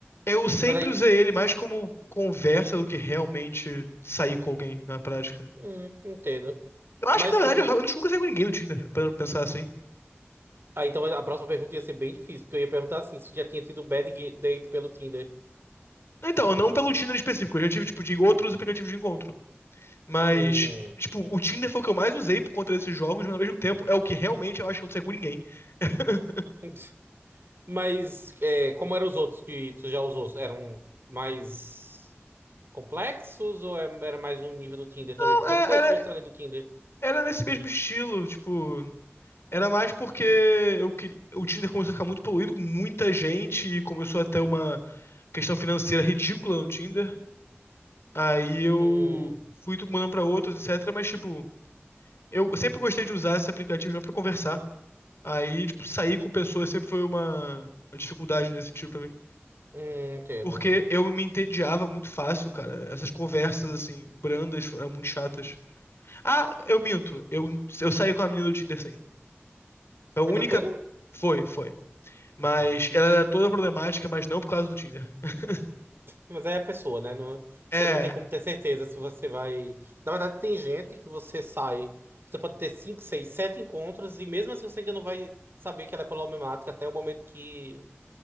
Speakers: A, on the left; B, on the right.
A: Eu sempre
B: Mas aí
A: usei ele mais como conversa do que realmente sair com alguém na prática.
B: Hum, entendo.
A: Eu acho
B: Mas,
A: que, na verdade,
B: tipo,
A: eu realmente nunca saí com ninguém no Tinder, pra pensar assim.
B: ah, então a próxima pergunta ia ser bem difícil, porque eu ia perguntar assim, se já tinha tido um bad ga- date pelo Tinder.
A: Então, não pelo Tinder específico, eu já tive, tipo, de outros aplicativos de encontro. Mas,
B: Hum.
A: tipo, o Tinder foi o que eu mais usei por conta desses jogos, mas ao mesmo tempo é o que realmente eu acho que eu não saí com ninguém. <laughs>
B: <laughs> Mas é, como eram os outros que tu já usou? Eram mais complexos ou é- era mais no nível do Tinder também?
A: Não,
B: Porque
A: é-
B: eu não conheço
A: era,
B: outros além do Tinder.
A: Era nesse mesmo estilo, tipo. Era mais porque eu queria... o Tinder começou a ficar muito poluído com muita gente e começou a ter uma questão financeira ridícula no Tinder. Aí eu
B: Hum,
A: fui mandando pra outros, etc. Mas, tipo, eu sempre gostei de usar esse aplicativo já pra conversar. Aí, tipo, sair com pessoas sempre foi uma, uma dificuldade nesse sentido pra mim.
B: hum, entendo.
A: Porque eu me entediava muito fácil, cara. Essas conversas, assim, brandas, eram muito chatas. Ah, eu minto. Eu, eu saí com a menina do Tinder, sim. A única.
B: Foi tranquilo?
A: Foi, foi. Mas
B: Hum.
A: ela era toda problemática, mas não por causa do Tinder. <laughs>
B: Mas é a pessoa, né? Não- você
A: É,
B: não tem como ter certeza se você vai. Na verdade, tem gente que você sai. Você pode ter cinco, seis, sete encontros e mesmo assim você ainda não vai saber que ela é problemática até o momento que